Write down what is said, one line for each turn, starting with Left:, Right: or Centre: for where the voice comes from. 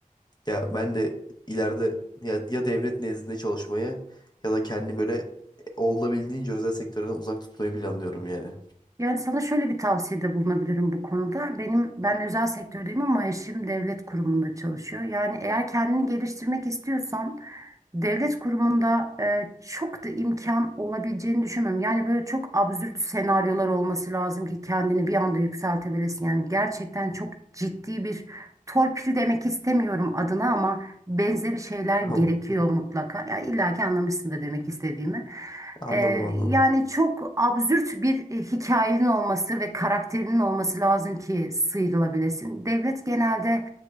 Left: Ya ben de ileride ya, ya devlet nezdinde çalışmayı ya da kendini böyle olabildiğince özel sektörden uzak tutmayı planlıyorum yani.
Right: Yani sana şöyle bir tavsiyede bulunabilirim bu konuda. Benim ben özel sektördeyim ama eşim devlet kurumunda çalışıyor. Yani eğer kendini geliştirmek istiyorsan devlet kurumunda e, çok da imkan olabileceğini düşünmüyorum. Yani böyle çok absürt senaryolar olması lazım ki kendini bir anda yükseltebilesin. Yani gerçekten çok ciddi bir torpil demek istemiyorum adına ama benzeri şeyler
Left: <laughs> Tamam.
Right: gerekiyor mutlaka. Ya illa ki anlamışsındır demek istediğimi.
Left: Anladım
Right: E,
Left: anladım.
Right: yani çok absürt bir e, hikayenin olması ve karakterinin olması lazım ki sıyrılabilesin. Devlet genelde